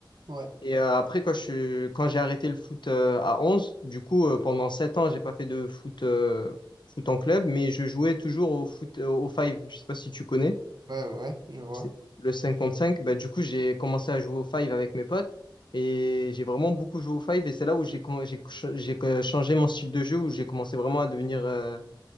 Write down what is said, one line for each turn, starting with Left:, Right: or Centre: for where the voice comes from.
Right: ouais,
Left: Et euh, après, quand je suis- quand j'ai arrêté le foot euh, à 11, du coup, euh, pendant 7 ans, j'ai pas fait de foot, euh, foot en club, mais je jouais toujours au foot, euh, au five. Je sais pas si tu connais,
Right: ouais, ouais, je vois.
Left: c'est le 5 contre 5. Bah, du coup, j'ai commencé à jouer au five avec mes potes et j'ai vraiment beaucoup joué au five. Et c'est là où j'ai com- j'ai ch- j'ai, euh, changé mon style de jeu, où j'ai commencé vraiment à devenir euh,